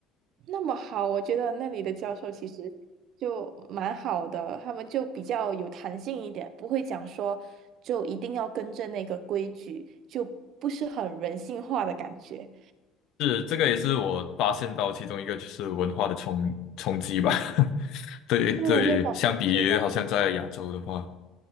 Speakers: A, on the right; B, on the left.
A: 那么好，我觉得那里的教授其实就蛮好的，他们就比较有弹性一点，不会讲说就一定要跟着那个规矩，就不是很人性化的感觉。
B: 是，这个也是我发现到其中一个就是文化的冲冲击吧。<laughs> 对对，
A: 对，我就感觉这个很好。
B: 相比于好像在亚洲的话，